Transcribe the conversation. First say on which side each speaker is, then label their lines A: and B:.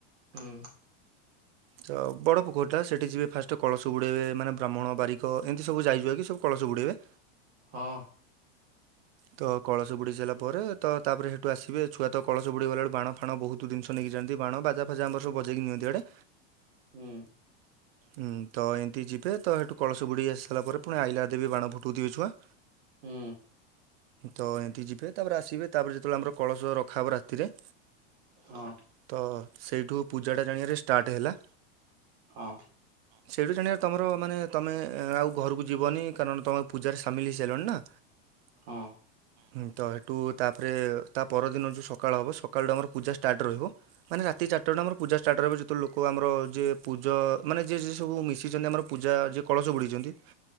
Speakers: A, on the right (about 75°); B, on the right (about 60°).
A: ହୁଁ।
B: ତ ବଡ ପୋଖରିଟା ସେଠି ଯିବେ ଫାଷ୍ଟ କଳସ ବୁଡେଇବେ ମାନେ ବ୍ରାହ୍ମଣ, ବାରି କ ଏମିତି ସବୁ ଯାଇଜୁଆ କି ସବୁ କଳସ ବୁଡ଼ାଇବେ।
A: ହଁ।
B: ତ କଳସ ବୁଡି ସାରିଲା ପରେ ତ ତାପରେ ହେ ଠୁ ଆସିବେ ଛୁଆ ତ କଳସ ବୁଡ଼ିଗଲାବେଳୁ ବାଣ ଫଣ ବହୁତ ଜିନିଷ ନେଇକି ଯାନ୍ତି ବାଣ ବାଜା ଫାଜା ଆମର ସବୁ ବଜେଇକି ନିଅନ୍ତିଆଡ଼େ।
A: ହୁଁ।
B: ହଁ ତ ଏମିତି ଯିବେ ତ ସେଠୁ କଳସ ବୁଡେଇ ଆସି ସାରିବା ପରେ ପୁଣି ଆଇଲା ବେଳେ ବାଣ ଫୁଟାଉଥିବେ ଛୁଆ।
A: ହୁଁ।
B: ତ ଏମିତି ଯିବେ ତାପରେ ଆସିବେ ତାପରେ ଯେତେବେଳେ ଆମର କଳସ ରଖାହେବ ରାତିରେ
A: ହଁ।
B: ତ ସେଇଠୁ ପୂଜାଟା ଜାଣିବାରେ ଯେ ଷ୍ଟାର୍ଟ ହେଲା।
A: ହଁ।
B: ସେଇଠୁ ଜାଣିବା ତମର ମାନେ ତମେ ଆଉ ଘରକୁ ଯିବନି କାରଣ ତୁମେ ପୂଜାରେ ସାମିଲ ହୋଇଇସାରିଲଣି ନା।
A: ହଁ।
B: ହଁ ତ ସେଠୁ ତାପରେ ତା ପରଦିନ ଯେଉଁ ସକାଳ ହେବ ସକାଳଠୁ ଆମର ପୂଜା ଷ୍ଟାର୍ଟ ରହିବ। ମାନେ ରାତି ଚାରଟାରୁ ଆମ ପୂଜା ଷ୍ଟାର୍ଟ ରହିବ ଯେତେ ଲୋକ କେଉ ଆମର ଯିଏ ପୂଜ ମାନେ ଯିଏ ଯିଏ ସବୁ ମିଶିଛନ୍ତି ଆମର ପୂଜା ଯିଏ କଳସ ବୁଡ଼େଛନ୍ତି।